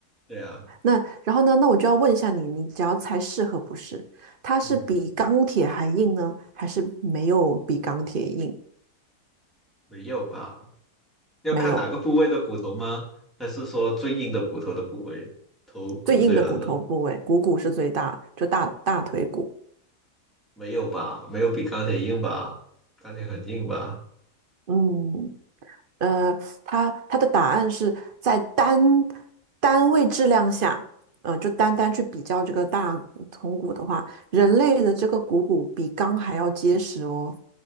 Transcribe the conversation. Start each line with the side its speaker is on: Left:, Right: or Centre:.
Centre: 对啊，
Right: 那然后呢，那我就要问一下你，你只要猜是和不是，它是比钢铁还硬呢，
Centre: 嗯，
Right: 还是没有比钢铁硬？
Centre: 没有吧？要看哪个部位的骨头吗？
Right: 没有，
Centre: 还是说最硬的骨头的部位，头骨这样的？
Right: 最硬的骨头部位，股骨是最大，就大大腿骨。
Centre: 没有吧？没有比钢铁硬吧？钢铁很硬吧？
Right: 嗯，呃，它它的答案是在单单位质量下，呃，就单单去比较这个大铜鼓的话，人类的这个股骨比钢还要结实哦，